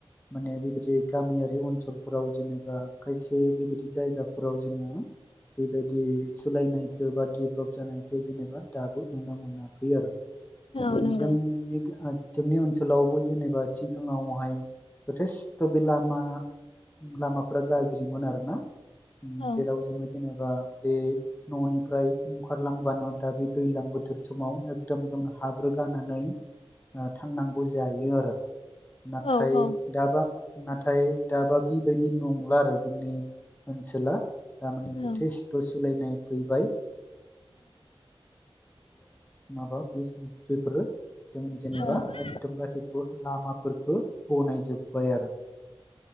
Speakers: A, on the left; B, on the left.
A: माने बेबायदि गामियारि ओनसोलफोराव जेनेबा खायसे बेबायदि जायगाफोराव जोङो। बेबायदि सोलायनायखौ बादेभ्लप जानायखौ जेनेबा दाबो नुनो मोनाखै आरो। <inaudible>
B: औ नंगौ
A: जोंनि ओनसोलावबो जेनेबा सिगाङावहाय जथेस्थ' बे लामा लामाफोरा गाज्रिमोन आरोना
B: औ
A: जेराव जोङो जेनेबा न'निफ्राय ओंखारलांबानो दा बे दैज्लां बोथोर समाव एकदम जों हाब्रु गानानै थांनांगौ जायो आरो नाथाय
B: औ औ
A: दाबा नाथाय दाबा बेबायदि नंला आरो जोंनि ओनसोला। थारमाने जथेस्थ'
B: औ
A: सोलायनाय फैबाय। मा बेफोरो जों जेनेबा
B: औ
A: एकदम गासैखौबो लामाफोरखो बनायजोबाय आरो। <inaudible>